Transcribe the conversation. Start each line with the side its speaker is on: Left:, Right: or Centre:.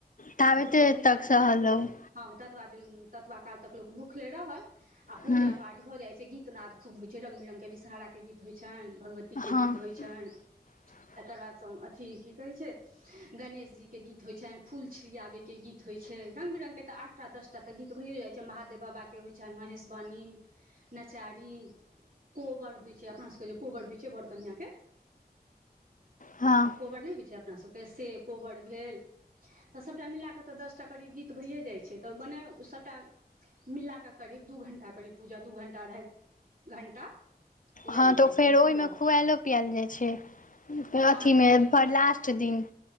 Left: ताबेते
Right: भोरकऽ पूजा
Left: तक सहल रहू
Right: हँ ततबा दिन ततबा काल तक लोक भूखले रहल आ पूजा
Left: हूँ
Right: पाठ भऽ जाइत छै गीतनाद खूब होइ छै रङ्ग बिरङ्गके विषहाराके गीत होइत छनि भगवतीके
Left: हँ
Right: गीत होइ छनि
Left: <inaudible>
Right: तकर बादसँ अथी की कहै छै गणेशजीके गीत होइ छनि फूल छिड़ियाबैके गीत होइ छै रंग बिरंग के तऽ आठटा दसटा तऽ गीत भयो जाइ छै महादेव बाबा के के होइ छनि महेशवणी नचारी कोबर होइ छैय अपना सभके जे कोबर होइ छैय बड़ कनिआँके
Left: हँ
Right: कोबर नहि होइ छैय अपनासभके से कोबर भेल तऽ सभटा मिलाकऽ तऽ दसटा करीब गीत भइए जाइत छैय तऽ मने सभटा मिल कऽ क करीब दू घण्टा करीब पूजा दू घण्टा अढ़ाइ घण्टा लागि
Left: हँ तऽ
Right: जाइ
Left: फेर
Right: छै
Left: ओहिमे
Right: पूजा
Left: खुआलो पियायल जाइत छैय
Right: हँ
Left: अथीमे
Right: जेनाकि
Left: लास्ट दिन